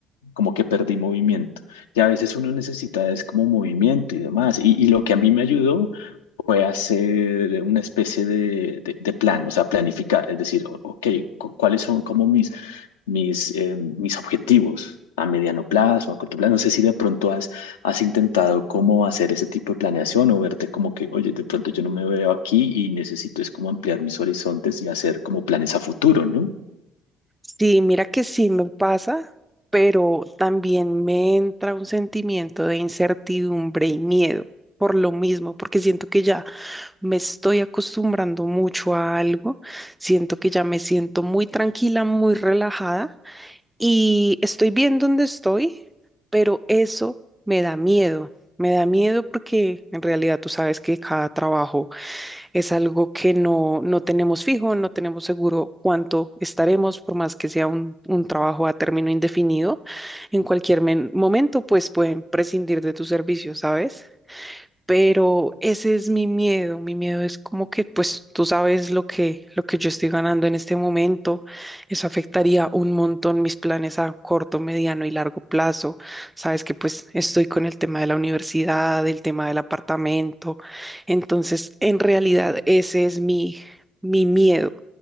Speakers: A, on the left; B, in the centre.
A: Como que perdí movimiento. Y a veces uno necesita es como movimiento y demás. Y, y lo que a mí me ayudó fue hacer una especie de, de- de plan, o sea, planificar, es decir, o- ok, cu- cuáles son como mis, mis, eh, mis objetivos a mediano plazo, a corto plazo. No sé si de pronto has, has intentado cómo hacer ese tipo de planeación o verte como que, oye, de pronto yo no me veo aquí y necesito es como ampliar mis horizontes y hacer como planes a futuro, ¿no?
B: Sí, mira que sí me pasa, pero también me entra un sentimiento de incertidumbre y miedo por lo mismo, porque siento que ya me estoy acostumbrando mucho a algo, siento que ya me siento muy tranquila, muy relajada Y estoy bien donde estoy, pero eso me da miedo. Me da miedo porque en realidad tú sabes que cada trabajo es algo que no, no tenemos fijo, no tenemos seguro cuánto estaremos, por más que sea un, un trabajo a término indefinido. En cualquier men- momento, pues pueden prescindir de tus servicios, ¿sabes? pero ese es mi miedo. Mi miedo es como que, pues, tú sabes lo que, lo que yo estoy ganando en este momento. Eso afectaría un montón mis planes a corto, mediano y largo plazo. Sabes que, pues, estoy con el tema de la universidad, el tema del apartamento. Entonces, en realidad, ese es mi, mi miedo.